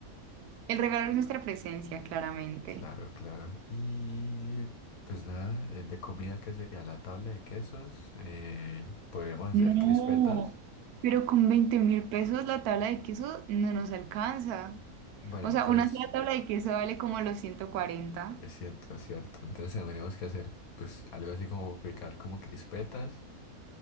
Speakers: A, on the right; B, on the left.
A: El regalo es nuestra presencia, claramente.
B: Claro, claro. Y pues nada, eh, de comida, ¿qué sería? La tabla de quesos. eh, podríamos hacer
A: No,
B: crispetas.
A: pero con veinte mil pesos la tabla de queso no nos alcanza.
B: Bueno,
A: O
B: entonces,
A: sea, una sola tabla de queso vale como los 140.
B: es cierto, es cierto. Entonces tendríamos que hacer pues algo así como picar como crispetas.